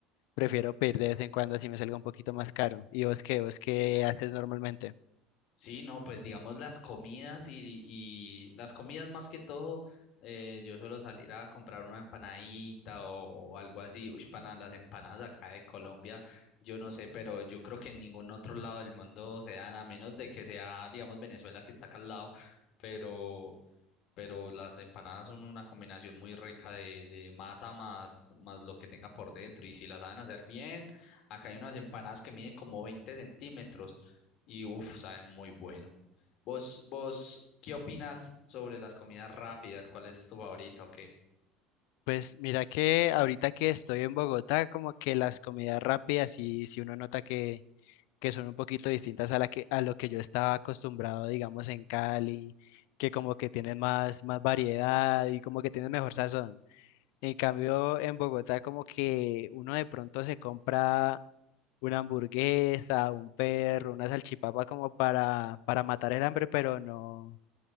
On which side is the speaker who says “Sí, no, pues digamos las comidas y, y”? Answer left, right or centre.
Left